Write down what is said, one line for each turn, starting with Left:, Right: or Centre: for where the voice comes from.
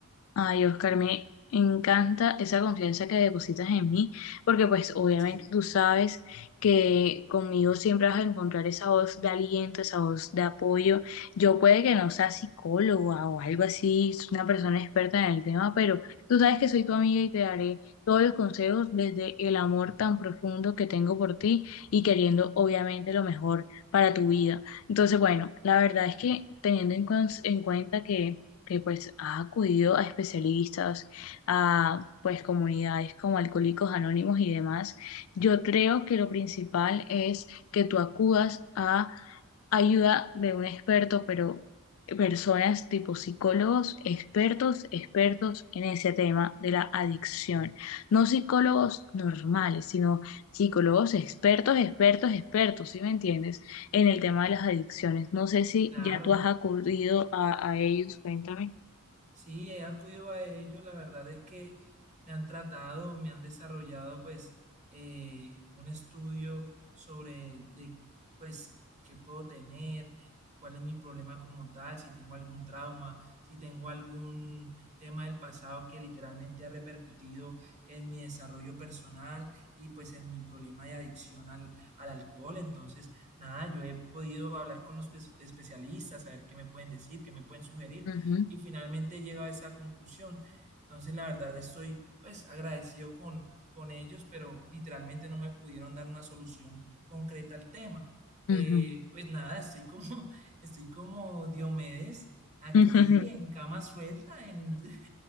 Left: Ay, Oscar, me encanta esa confianza que depositas en mí, porque pues obviamente
Right: ¿sí?
Left: tú sabes que conmigo siempre vas a encontrar esa voz de aliento, esa voz de apoyo. Yo puede que no sea psicóloga o algo así, soy una persona experta en el tema, pero tú sabes que soy tu amiga y te daré todos los consejos desde el amor tan profundo que tengo por ti y queriendo obviamente lo mejor para tu vida. Entonces, bueno, la verdad es que teniendo en, cons- en cuenta que que pues ha acudido a especialistas, a pues comunidades como Alcohólicos Anónimos y demás, yo creo que lo principal es que tú acudas a ayuda de un experto, pero personas tipo psicólogos, expertos, expertos en ese tema de la adicción. No psicólogos normales, sino psicólogos expertos, expertos, expertos, ¿sí me entiendes? En el tema de las adicciones. No sé si
Right: Claro.
Left: ya tú has acudido a, a ellos, cuéntame.
Right: Sí, he acudido a ellos, la verdad es que me han tratado, me han desarrollado pues eh, un estudio sobre de pues qué puedo tener, cuál es mi problema como tal, si tengo algún trauma, si tengo algún tema del pasado que literalmente ha repercutido en mi desarrollo personal y pues en mi problema de adicción al, al alcohol. Entonces, nada, yo he podido hablar con los espe- especialistas, saber qué me pueden decir, qué me pueden sugerir
Left: Ujú,
Right: y finalmente llego a esa conclusión. Entonces, la verdad, estoy pues agradecido con, con ellos, pero literalmente no me pudieron dar una solución concreta al tema.
Left: ujú.
Right: Eh, pues nada, estoy como, <laughs> estoy como Diomedes aquí
Left: <laughs> Ujú, ujú.
Right: en cama suelta, en, <laughs>